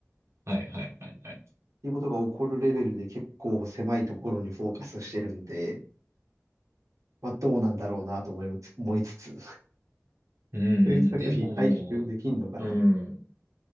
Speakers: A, on the right (about 55°); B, on the right (about 80°).
A: いはいはいはい。
B: ていうことが起こるレベルで結構狭いところにフォーカスしてるんで、まあ、どうなんだろうなと思いつ、思いつつ、<laughs>
A: うんうん、
B: 制作費回収できんのかな。
A: でも、うん。